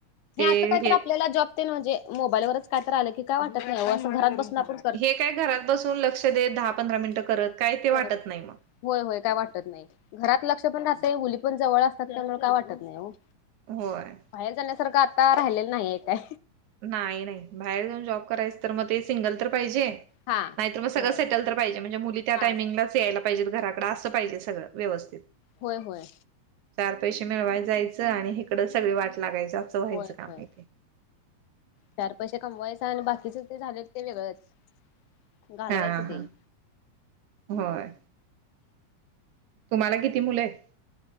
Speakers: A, on the right; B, on the left.
A: ते
B: असं काय तर
A: हे
B: आपल्याला जॉब ते म्हणजे मोबाईलवरच काय तर रा आलं की काय वाटत नाही असं घरात बसून आपन
A: हे काय घरात बसून लक्ष देत दहा पंधरा मिनिटं करत काय ते वाटत
B: करत
A: नाही मग
B: होय होय काय वाटत नाही घरात लक्ष पण राहतय मुली पण जवळ असतात त्यामुळे काय वाटत नाही हो
A: होय
B: बाहेर जाण्यासारखं आता राहिलेलं नाही आहे काय
A: नाही नाही बाहेर जाऊन जॉब करायच तर मग ते सिंगल तर पाहिजे
B: हा
A: नाहीतर मग सगळं
B: होय
A: सेटल तर पाहिजे म्हणजे मुली त्या
B: हा
A: टायमिंगलाच यायला पाहिजे घराडं असं पाहिजे सगळं व्यवस्थित
B: होय होय
A: चार पैसे मिळवाय जायचं आणि हिकडं सगळी वाट लागायच असं व्हायचं
B: होय
A: काम
B: होय
A: हे
B: चार पैसे कमवायचे आणि बाकीच ते झालेल ते वेगळंच घालवायचं
A: हां
B: ते
A: हा होय तुम्हाला किती मुलं आहेत